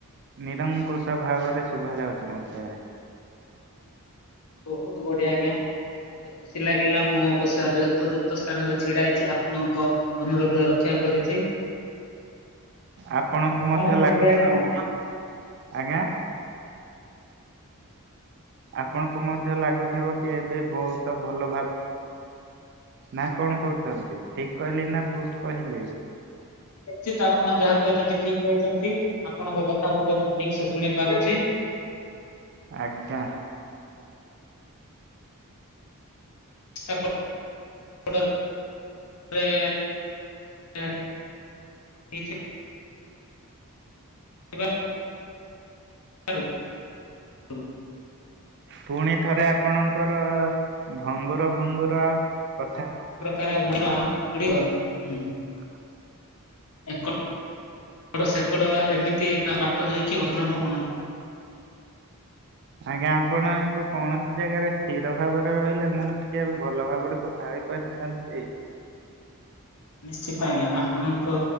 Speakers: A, on the right; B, on the left.
A: ନିରଙ୍କୁଶ ଭାବରେ, ଶୁଭା ଯାଉଛି ମତେ
B: ବହୁତ ବଢ଼ିଆ ଆଜ୍ଞା। ଖୁସି ଲାଗିଲା। ମୁଁ ଅବଶ୍ୟ, ଉପଯୁକ୍ତ ସ୍ଥାନ ରେ ଛିଡା ହେଇଛି ଆପଣଙ୍କ ଅନୁରୋଧ ରକ୍ଷା କରିଛି।
A: ଆପଣଙ୍କୁ
B: ଆଉ
A: ମଧ୍ୟ
B: କଣ କହିବି
A: ଲାଗୁଥିବ
B: ଆଜ୍ଞା
A: କି, ଆଜ୍ଞା। ଆପଣଙ୍କୁ ମଧ୍ୟ ଲାଗୁଥିବ କି, ଏବେ ବହୁତ ଭଲ ନା କଣ କହୁଛନ୍ତି? ଠିକ୍ କହିଲି ନା, ଭୁଲ୍ ‌କହିଲି?
B: ନିଶ୍ଚିତ ଆପଣ ଯାହା କହିଛନ୍ତି ଠିକ୍ କହିଛନ୍ତି। ଆପଣଙ୍କ କଥା ମଧ୍ୟ ମୁଁ ଠିକ୍ ସେ ଶୁଣି ପାରୁଛି।
A: ଆଜ୍ଞା।
B: <inaudible> <inaudible> ହେଇଥିବାରୁ <inaudible>
A: ପୁଣି ଥରେ ଆପଣଙ୍କର ଭଙ୍ଗୁର ଭଙ୍ଗୁର କଥା କୁ
B: ହୁଁ।
A: <inaudible>
B: ଏକ ଟ ସେକଡ ଏମିତି ବା ବାଟ ଦେଇକି ଅଧିକ୍ରମ <unintelligible>
A: ଆଜ୍ଞା ଆପଣ ଏକ କୌଣସି ଜାଗାରେ ସ୍ଥିର ଭାବରେ ଆପଣ ରହିଲେ, ମୁଁ ଟିକେ ଏ ଭଲ ଭାବରେ କଥା ହୋଇପାରିଥାନ୍ତି।
B: ନିଶ୍ଚିତ ଆଜ୍ଞା ଆପଣଙ୍କ